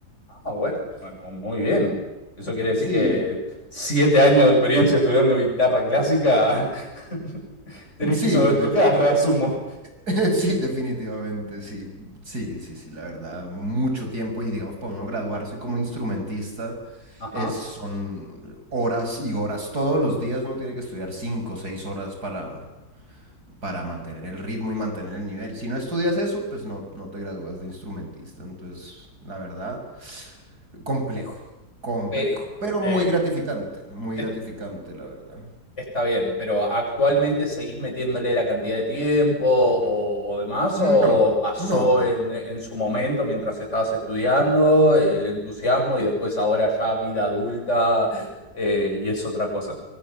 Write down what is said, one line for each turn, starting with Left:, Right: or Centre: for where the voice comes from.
Left: Ah, bueno, pues, mu- muy bien. Eso quiere decir
Right: Sí,
Left: que siete años de experiencia estudiando guitarra clásica, <laughs> tenés
Right: sí,
Left: que saber
Right: pues
Left: tocar,
Right: de-
Left: asumo.
Right: <laughs> Sí, definitivamente, sí, sí, sí, sí, la verdad, mucho tiempo y digamos para uno graduarse como instrumentista
Left: Ajá.
Right: es, son horas y horas, todos los días uno tiene que estudiar cinco o seis horas para, para mantener el ritmo y mantener el nivel. Si no estudias eso, pues no, no te gradúas de instrumentista, entonces la verdad, complejo, complejo,
Left: Pe-
Right: pero
Left: eh,
Right: muy gratificante, muy
Left: es-
Right: gratificante, la verdad.
Left: está bien, pero ¿actualmente seguís metiéndole la cantidad de tiempo o, o demás?
Right: No,
Left: ¿O pasó
Right: no, no.
Left: en, en su momento mientras estabas estudiando el entusiasmo y después ahora ya vida adulta eh, y es otra cosa?